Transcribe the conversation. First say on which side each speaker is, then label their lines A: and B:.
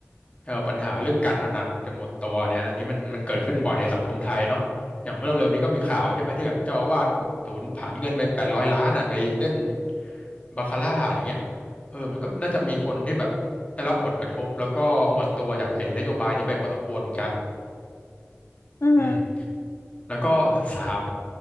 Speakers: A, on the left (about 30°); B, on the left (about 75°).
A: เอ่อปัญหาเรื่องการพนันจนหมดตัวเนี่ยอันนี้มันมันเกิดขึ้นบ่อยในสังคมไทยเนาะอย่างเมื่อเร็วๆนี้ก็มีข่าวใช่ไหมที่แบบเจ้าอาวาสสูญผลาญเงินไปแปดร้อยล้านอ่ะไปเล่นบาคาร่าอย่างเงี้ยเออมันก็น่าจะมีคนที่แบบได้รับผลกระทบแล้วก็หมดตัวจากไอ้นโยบายนี้ไปพอสมควรเหมือนกัน
B: อือฮึก็
A: อืมแล้วก็สาม